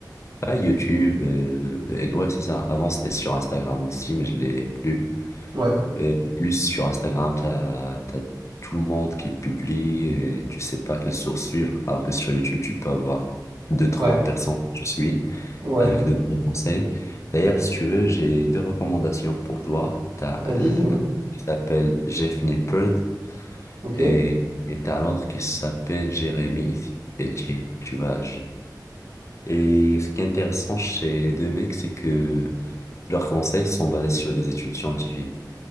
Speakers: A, on the left; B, on the right.
A: Ah, YouTube, euh, euh, ouais, c'est ça. Avant, c'était sur Instagram aussi, mais je l'ai plus.
B: Ouais,
A: Et plus sur Instagram, t'as, t'as tout le monde qui publie et tu sais pas quelle source suivre. Alors que sur YouTube, tu peux avoir deux, trois
B: ouais,
A: personnes que tu suis
B: ouais.
A: avec de bons conseils. D'ailleurs, si tu veux, j'ai deux recommandations pour toi. T'as
B: Vas-y,
A: un
B: dis-moi.
A: qui s'appelle Jeff Nippard
B: Ok,
A: et, et t'as un autre qui s'appelle Jérémy Etier. Tu vois, et ce qui est intéressant chez les deux mecs, c'est que leurs conseils sont basés sur des études scientifiques.